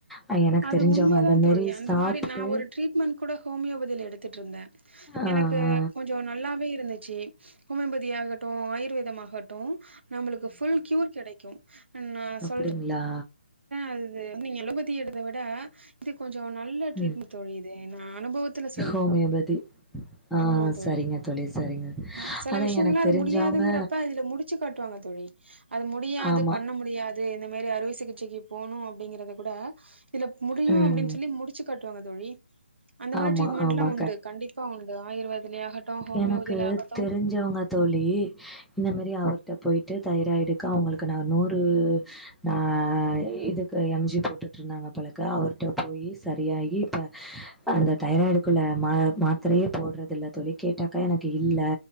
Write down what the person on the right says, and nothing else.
அது
உண்ம
தா தோழி
அந்த
மாரி நா ஒரு ட்ரீட்மெண்ட் கூட ஹோமியோபதியில எடுத்துட்ருந்தே
எனக்கு
கொஞ்ச நல்லாவே இருந்துச்சு ஹோமியோபதி ஆகட்டும் ஆயுர்வேதம்மாகட்டு நம்புளுக்கு ஃபுல் க்யூர் கெடைக்கு நா
சொல்றே அது நீங்க எலோபதி எடுத்த விட இது கொஞ்ச நல்ல ட்ரீட்மெண்
தோழி இது நா அனுபவத்துல ஸ்
ஆமாம் தோழி
ஆ செல
விஷயங்கள்லா
அது
முடியாதுங்கிறப்ப இதுல முடிச் ச்சு காட்டுவாங்க தோழி அது முடியாது
பண்ண முடியாது இந்த மாரி அறுவை சிகிச் சைக்கு போனு அப்டிங்குறத கூட இல முடி
அப்டினு சொல்லி முடிச்சு காட்டுவாங்க தோழி அந்த மாரி
ட்ரீட்மெண்ட்லா
உண்டு கண்டிப்பா உண்டு ஆயுர்வேதலியா ஆகட்டு ஹோமியோபதியில
ஆகட்டு